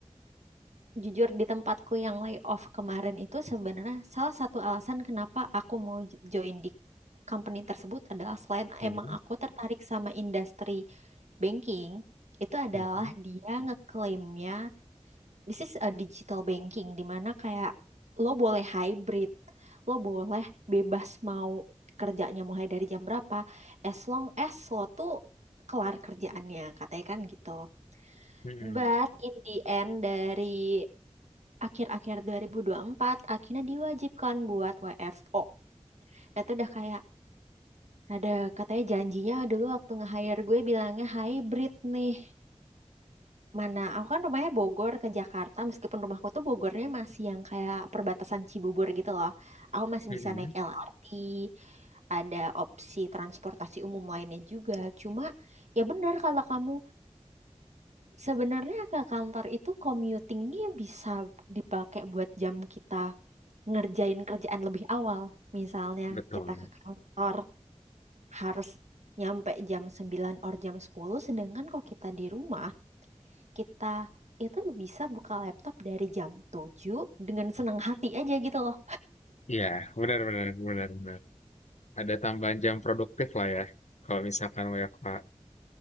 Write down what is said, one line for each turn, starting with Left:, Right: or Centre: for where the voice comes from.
Right: Jujur di tempatku yang layoff kemarin itu sebenarnya salah satu alasan kenapa aku mau j- join di company tersebut adalah selain
Left: mhm,
Right: emang aku tertarik sama industri banking, itu adalah
Left: mhm,
Right: dia ngeklaimnya this is a digital banking di mana kayak lo boleh hybrid, lo boleh bebas mau kerjanya mulai dari jam berapa, as long as lo tuh kelar kerjaannya, katanya kan gitu.
Left: mhm,
Right: But in the end dari akhir-akhir 2024 akhirnya diwajibkan buat WFO. Itu udah kayak ada katanya janjinya dulu waktu nge-hire gue bilangnya hybrid nih. Mana, aku kan rumahnya Bogor ke Jakarta, meskipun rumahku tuh Bogornya masih yang kayak perbatasan Cibubur gitu loh. Aku masih
Left: mhm.
Right: bisa naik LRT, ada opsi transportasi umum lainnya juga. Cuma ya benar kalau kamu sebenarnya ke kantor itu commutingnya bisa dipakai buat jam kita ngerjain kerjaan lebih awal. Misalnya
Left: Betul.
Right: kita ke kantor harus nyampe jam 9 or jam sepuluh sedangkan kalau kita di rumah kita itu bisa buka laptop dari jam 7 dengan senang hati aja gitu loh.
Left: Iya, benar benar benar benar. Ada tambahan jam produktif lah ya. Kalau misalkan WFH.